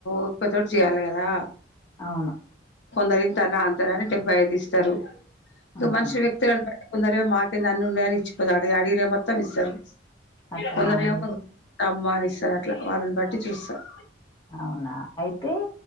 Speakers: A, on the left; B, on the left.
A: ఎక్కు తోటి చేయాలి కదా
B: అవును
A: కొందరురి ఇంతనా అంతనాని డెబ్బై ఐదు ఇస్తారు ఇక
B: ఆహా!
A: మనుషి వ్యక్తులను తొందర మాకే నన్ను ఉన్నాయని ఇచ్చిపోతా అడిగి అడిగిన మొత్తం ఇస్తారు
B: అట్టనాడి
A: కొందరేమో అమ్మా అని ఇస్తారు అట్లా వాళ్ళని బట్టి చూస్తారు
B: అవునా అయితే